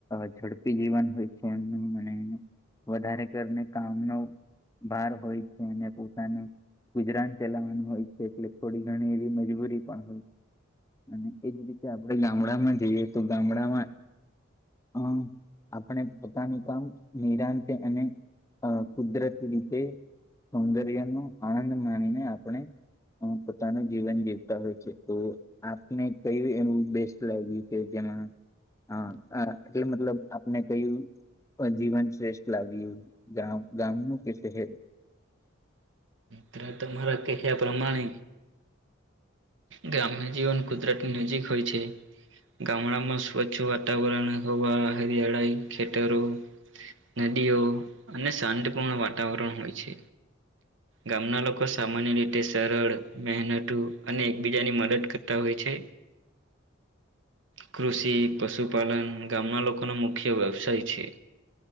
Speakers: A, on the left; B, on the right.
A: કે ઝડપી જીવન હોય છે એમનું મને વધારે કરીને કામનો ભાર હોય છે, અને પોતાનો ગુજરાન ચલાવવાનું હોય છે, એટલે થોડી ઘણી એવી મજબૂરી પણ હોય અને એજ રીતે આપડણે ગામડામાં જઈએ તો ગામડામાં હ આપપણે પોતાનું કામ નિરાંત અને કુદરતી રીતે સૌંદર્ય નું આનંદ માનીને આપણે પોતાનું જીવન જીવતા હોય છે, તો આપને કય એવું બેસ્ટ લાગ્યું છે જેમાં હા એટલે મતલબ આપને કયું પણ જીવન શ્રેષ્ઠ લાવ્યું ગ ગામ ન કે શહેર
B: ત્ટ મારા ક છે, પ્ર્ણે ગ્રામ્ય જીવન કુદરાતી મ્યુજિક હોય છે. ગામડામાં સ્વચ્છ વાતાવરણ હવા હિયાળાય ખ્ેટરો નદીઓ અને શાંતપૂર્ણ વાતાવરણ હોય છે. ગામના લોકો સામાન્ય રીતે સરળ મહેનતું અને એકબીજાની મદદ કરતા હોય છે.
A: <inaudible>
B: કૃષિ પશુપાલન ગામના લોકોનો મુખ્ય વ્યવસાય છે.